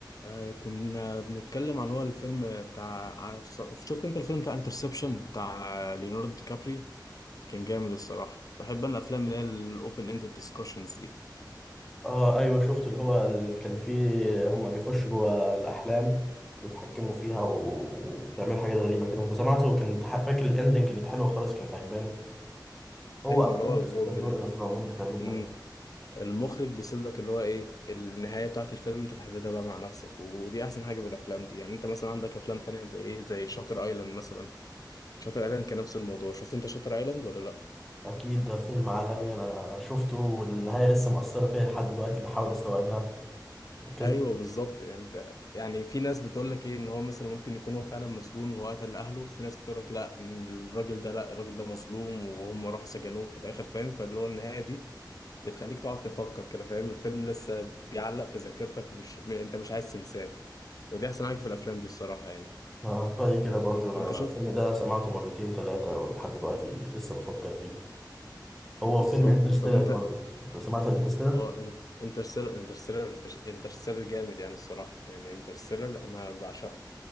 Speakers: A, on the left; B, in the centre.
A: آه، كنا بنتكلم عن هو الفيلم بتاع عارف- شفت انت الفيلم بتاع انترسبشن بتاع ليوناردو دي كابريو كان جامد الصراحة بحب انا الافلام اللي هي الاوبن اندد ديسكشنز دي
B: اه ايوه شفت اللي هو ال... كان فيه هم بيخشوا جوه الاحلام بيتحكموا فيها و- وبيعملوا حاجات غريبه كده كنت سمعته وكنت ح- فاكر الاندنج كانت حلوه خالص كانت عجباني هو
A: ايوه
B: افلام
A: ما اللي هو
B: كريستوفر
A: هو بال...
B: نولان في العموم بتعجبنا
A: مم. المخرج بيسيب لك اللي هو ايه النهاية بتاعت الفيلم انت تحددها بقى مع نفسك ودي احسن حاجة بالافلام دي يعني انت مثلا عندك افلام تانية زي ايه زي شاتر ايلاند مثلا شاتر ايلاند كان نفس الموضوع شفت انت شاتر ايلاند ولا لا
B: اكيد ده فيلم عالمي انا شفته والنهايه لسه مؤثره فيا لحد دلوقتي بحاول استوعبها كذا
A: ايوه بالظبط يعني انت يعني في ناس بتقول لك ايه ان هو مثلا ممكن يكون هو فعلا مسجون وهو قتل اهله في ناس بتقول لك لا ان الراجل ده لا الراجل ده مظلوم وهم راحوا سجنوه في الاخر فاهم فاللي هو النهايه دي بتخليك تقعد تفكر كده فاهم الفيلم لسه بيعلق في ذاكرتك مش م- انت مش عايز تنساه ودي احسن حاجه في الافلام دي الصراحه يعني
B: ما رأيي كده برضو انا
A: انت شفت
B: الفيلم ده سمعته مرتين ثلاثه ولحد دلوقتي لسه بفكر فيه هو
A: بالظبط
B: فيلم انترستيلر
A: طب انت
B: برضو انت سمعت انترستيلر
A: اه انت انترستيلر انترستيلر انترستيلر جامد يعني الصراحه يعني انترستيلر انا بعشقه